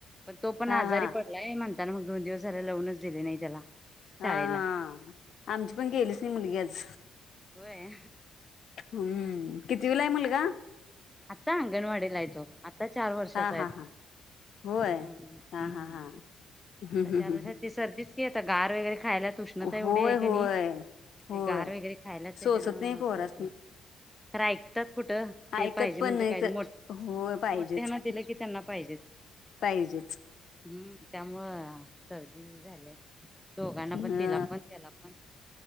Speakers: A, in the centre; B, on the left.
A: पण तो पण
B: हा
A: आजारी
B: हा
A: पडलाय म्हण ताना मग दोन दिवस झालं लावूनच दिले नाही त्याला
B: हा
A: शाळेला
B: हा, आमची पण गेलीच नाही मुलगी आज.
A: होय
B: हम्म, कितविलाय मुलगा?
A: आता अंगणवाडिलाय तो. आता चार वर्षाचा
B: हा
A: आहे
B: हा हा, होय,
A: हम्म
B: हा
A: हम्म
B: हा हा. हम्म हम्म
A: चार
B: हम्म
A: <unintelligible> सर्दीच की आता गार वगैरे. <unintelligible> उष्णता एवढी
B: होय
A: आहे का
B: होय
A: नाही, ते
B: होय
A: गार वगैरे खायला त्याच्यानं
B: सोचत नाही पोरासनी
A: सर्दी तर ऐकतात कुठं ते
B: ऐकत
A: पाहिजे
B: पण
A: म्हणजे
B: नाही
A: पाहिजे
B: तर
A: मोठ्
B: होय पाहिजेच
A: मोठ्यांना दिलं की त्यांना पाहिजेच.
B: पाहिजेच.
A: हम्म त्यामुळं सर्दी झाले दोघांना पण
B: हा
A: तिला पण त्याला पण.